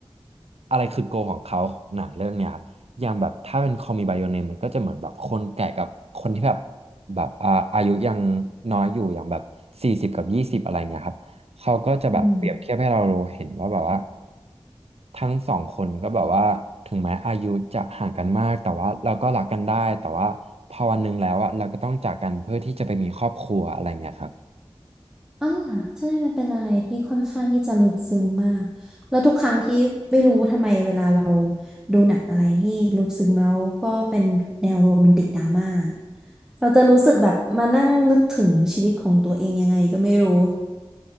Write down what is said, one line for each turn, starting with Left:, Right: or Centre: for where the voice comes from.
Right: อะไรคือโกของเขาของหนังเรื่องเนี้ยครับอย่างแบบถ้าเป็นคอมีไบโอเนมมันก็จะเหมือนแบบคนแก่กับคนที่แบบแบบอ่าอายุยังน้อยอยู่อย่างแบบสี่สิบกับยี่สิบอะไรเงี้ยครับ เขาก็จะแบบเปรียบเทียบให้เราเห็นว่าแบบว่า
Centre: อืม
Right: ทั้งสองคนก็แบบว่าถึงแม้อายุจะห่างกันมากแต่ว่าเราก็รักกันได้แต่ว่าพอวันหนึ่งแล้วอะเราก็ต้องจากกันเพื่อที่จะไปมีครอบครัวอะไรเงี้ยครับ
Centre: อ่าใช่มันเป็นอะไรที่ค่อนข้างที่จะลึกซึ้งมาก แล้วทุกครั้งที่ไม่รู้ทำไมเวลาเราดูหนังอะไรที่ลึกซึ้งแล้วก็เป็นแนวโรแมนติกดราม่าเราจะรู้สึกแบบมานั่งนึกถึงชีวิตของตัวเองยังไงก็ไม่รู้